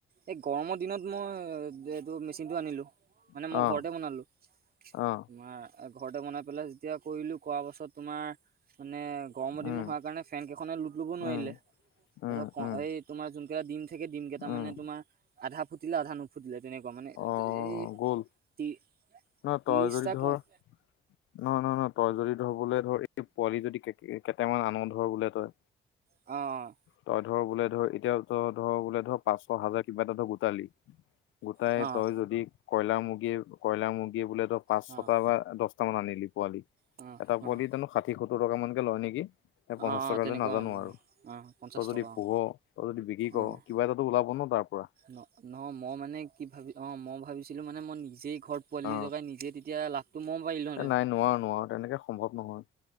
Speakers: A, on the right; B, on the left.
A: এই গৰমৰ দিনত মই এইটো মেচিনটো আনিলোঁ। মানে
B: অ',
A: মই ঘৰতে বনালো
B: অ',
A: তোমাৰ। ঘৰতে বনাই পেলাই যেতিয়া কৰিলোঁ, কৰা পাছত তোমাৰ মানে গৰমৰ
B: উম,
A: দিন হোৱাৰ কাৰণে ফেনকেইখনে লোট ল'ব নোৱাৰিলে।
B: উম, উম,
A: তাৰপিছত ক'
B: উম,
A: এই তোমাৰ যোনকেইটা ডিম থাকে ডিম কেইটা
B: উম,
A: মানে তোমাৰ আধা ফুটিলে আধা নু নুফুটিলে তেনেকুৱা মানে
B: অ',
A: এই
B: গ'ল
A: ত্ৰি-ত্ৰিশটা
B: ন তই যদি ধৰ
A: কণ
B: নহয়, নহয়, নহয়। তই যদি ধৰ বোলে ধৰ পোৱালি যদি কেইটামান আন ধৰ বোলে তই।
A: অ',
B: তই ধৰ বোলে ধৰ এতিয়া তই ধৰ বোলে ধৰ পাঁচশ হাজাৰ কিবা এটা ধৰ গোটালি। গোটাই
A: অ',
B: তই যদি কয়লাৰ মুৰ্গী, কয়লাৰ মুৰ্গী বোলে তই পাঁচ
A: অ',
B: ছটা দহটা মান আনিলি পোৱালি,
A: অ',
B: এটা পোৱালিত
A: অ',
B: জানোঁ ষাঠি সত্তৰ টকা মানকে লয় নেকি? নে পঞ্চাশ
A: অ',
B: টকা
A: তেনেকুৱা
B: লয় নাজানোঁ
A: হ'লে
B: আৰু।
A: অ', অ', পঞ্চাশ
B: তই যদি
A: টকা অ',
B: পোহ, তই যদি বিক্ৰী কৰ,
A: অ',
B: কিবা এটাটো ওলাব ন' তাৰপৰা।
A: ন' ন' মই মানে কি ভাবি অহ, মই ভাবিছিলোঁ মানে মই নিজেই ঘৰ পোৱালি
B: অ
A: জগাই নিজেই, তেতিয়া লাভটো মই পাৰিলোঁ হয়।
B: এ নাই নোৱাৰ-নোৱাৰ তেনেকে সম্ভৱ নহয়।